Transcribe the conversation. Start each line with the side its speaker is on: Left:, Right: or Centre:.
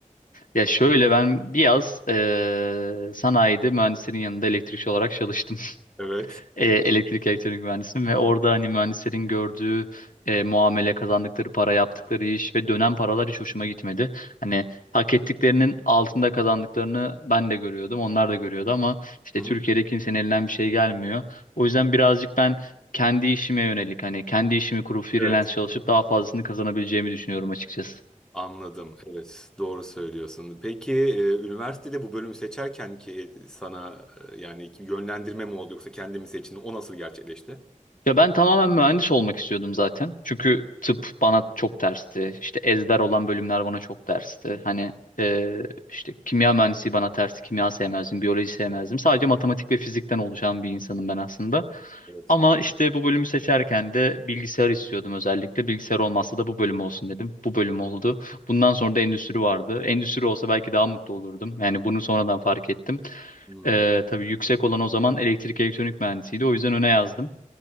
Left: Ya şöyle ben bir yaz e, sanayide mühendislerin yanında elektrikçi olarak çalıştım. <laughs>
Centre: Evet.
Left: e, elektrik elektronik mühendisiyim ve orada hani mühendislerin gördüğü e, muamele, kazandıkları para, yaptıkları iş ve dönen paralar hiç hoşuma gitmedi. Hani hak ettiklerinin altında kazandıklarını ben de görüyordum, onlar da görüyordu ama işte
Centre: Hı hı.
Left: Türkiye'de kimsenin elinden bir şey gelmiyor. O yüzden birazcık ben kendi işime yönelik hani kendi işimi kurup freelance
Centre: Evet.
Left: çalışıp daha fazlasını kazanabileceğimi düşünüyorum açıkçası.
Centre: Anladım. Evet. Doğru söylüyorsun. Peki e, üniversitede bu bölümü seçerken ki sana e, yani ki yönlendirme mi oldu yoksa kendimi seçtin? O nasıl gerçekleşti?
Left: Ya ben tamamen mühendis olmak istiyordum zaten. Çünkü tıp bana çok tersti. İşte ezber olan bölümler bana çok tersti. Hani e, işte kimya mühendisi bana tersti. Kimya sevmezdim, biyoloji sevmezdim. Sadece matematik ve fizikten oluşan bir insanım ben aslında.
Centre: Evet.
Left: Ama işte bu bölümü seçerken de bilgisayar istiyordum özellikle. Bilgisayar olmazsa da bu bölüm olsun dedim. Bu bölüm oldu. Bundan sonra da endüstri vardı. Endüstri olsa belki daha mutlu olurdum. Yani bunu sonradan fark ettim.
Centre: Hmm.
Left: E, tabii yüksek olan o zaman elektrik elektronik mühendisiydi. O yüzden öne yazdım.